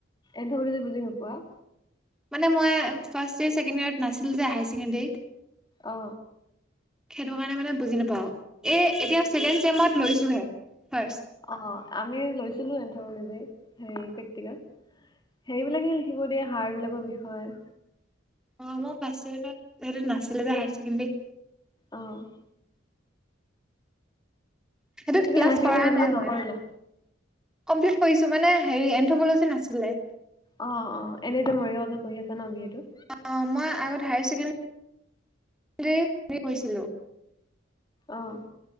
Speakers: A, on the left; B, in the centre.
A: এন্থ'পলজি বুজি নোপোৱা?
B: মানে মই ফাৰ্ষ্ট ইয়েৰ, ছেকেণ্ড ইয়েৰত নাছিল যে হায়াৰ ছেকেণ্ডেৰীত।
A: অ
B: সেইটো কাৰণে মানে বুজি নাপাওঁ। এই এতিয়া ছেকেণ্ড চেমত লৈছোহে ফ্ৰাষ্ট।
A: অ, আমিও লৈছিলো এন্থ'পলজি হে প্ৰেক্টিকেল হেৰিবিলাকে লিখিব দিয়ে হাড় বিলাকৰ বিষয়ে।
B: অ, মোৰ <unintelligible> সেইটো নাছিলে যে হায়াৰ ছেকেণ্ডেৰীত।
A: অ'।
B: সেইটোত
A: তুমি
B: ক্লাছ
A: হায়াৰ ছেকেণ্ডেৰী
B: কৰাই
A: কমপ্লিট
B: নাই মই।
A: নকৰিলা
B: কমপ্লিট কৰিছো মানে, হেৰি এন্থ'পলজি নাছিলে।
A: অ, অ, এনেতো মৰিগাঁৱতে পঢ়ি আছা ন বি এ টো?
B: অ, মই আগত হায়াৰ চেকেণ্ডেৰী হেৰী পঢ়িছিলো।
A: অঁ।